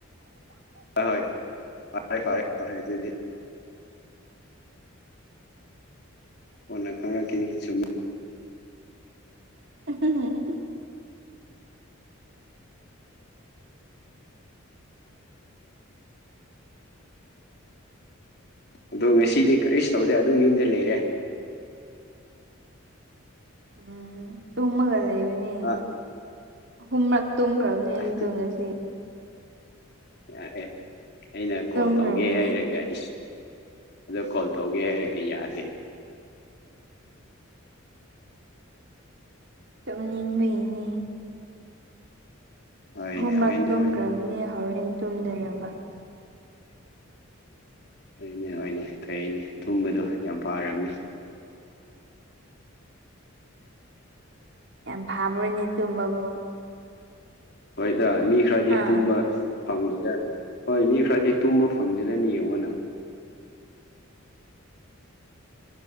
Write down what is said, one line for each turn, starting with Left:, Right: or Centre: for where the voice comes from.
Left: ꯍꯣꯏ ꯐꯔꯦ ꯐꯔꯦ ꯍꯣꯢ ꯑꯗꯨꯗꯤ ꯀꯣꯟꯅ ꯈꯪꯔꯛꯈꯤꯅꯤ ꯆꯨꯝꯃꯤ
Right: ꯎꯝ
Left: ꯑꯗꯣ ꯉꯁꯤꯗꯤ ꯀꯔꯤꯁꯨ ꯇꯧꯗꯦ ꯑꯗꯨꯝ ꯌꯨꯝꯗ ꯂꯩꯔꯦ
Right: ꯎꯝ ꯇꯨꯝꯃꯒ ꯂꯩꯕꯅꯦ
Left: ꯑꯥ
Right: ꯑꯍꯨꯝꯔꯛ ꯇꯨꯝꯈ꯭ꯔꯕ ꯑꯩꯗꯣ
Left: ꯑꯗꯨ
Right: ꯉꯁꯤ
Left: ꯌꯥꯔꯦ ꯑꯩꯅ
Right: ꯇꯨꯝꯈ꯭ꯔꯕꯅꯦ
Left: ꯀꯣꯜ ꯇꯧꯒꯦ ꯍꯥꯏꯔꯒ ꯑꯤꯁ ꯑꯗꯣ ꯀꯣꯜ ꯇꯧꯒꯦ ꯍꯥꯏꯔꯛꯀꯦ ꯌꯥꯗꯦ
Right: ꯇꯨꯝꯅꯤꯡꯕꯩꯅꯤ
Left: ꯍꯣꯏꯅꯦ
Right: ꯑꯍꯨꯝꯂꯛ
Left: ꯍꯣꯏꯅꯦ
Right: ꯇꯨꯝꯒ꯭ꯔꯕꯅꯦ
Left: ꯍꯣꯏꯅꯦ
Right: ꯍꯣꯔꯦꯟ ꯇꯨꯝꯗꯅꯕ
Left: ꯍꯣꯏꯅꯦ ꯍꯣꯏꯅꯦ ꯐꯩꯅꯦ ꯇꯨꯝꯕꯗꯣ ꯌꯥꯝ ꯐꯔꯕꯅꯤ
Right: ꯌꯥꯝ ꯐꯥꯕ꯭ꯔꯣꯏꯅꯦ ꯇꯨꯝꯕꯕꯨ
Left: ꯍꯣꯏꯗꯥ ꯃꯤ ꯈꯔꯗꯤ
Right: ꯍꯥ
Left: ꯇꯨꯝꯕ ꯐꯪꯗꯦꯗ ꯍꯣꯏ ꯃꯤ ꯈꯔꯗꯤ ꯇꯨꯝꯕ ꯐꯪꯗꯦꯗꯅꯤ ꯌꯦꯡꯉꯣ ꯅꯪ